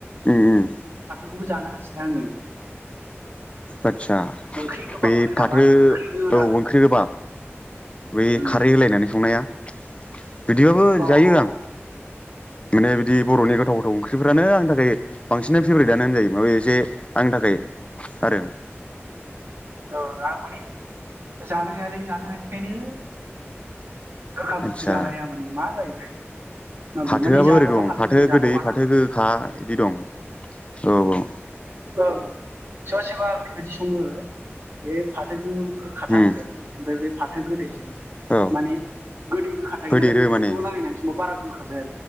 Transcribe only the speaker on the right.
बे खौबो जानो हासिना आङो
ओंख्रि गोबाब
होनो
नामा ओंख्रि गोरान
उम
औ
औ
औ आं माने जानो हायालै जानो हायैखायनो गोखा बुस्थु
जानो हाया माने मा जायोथाय। माबोरै
माने जादावबा
हागोनदां
जादावाना
ओ सोरबा सोरबा ओरैबायदि सङो बे फाथो गो गोखाथारजों
ओमफाय बे फा <unintelligible> गोदैजों
माने गोदै गोखा थायो
नालाय मोनैजों
ज लागायनानै समंबा बारा गोखा जाया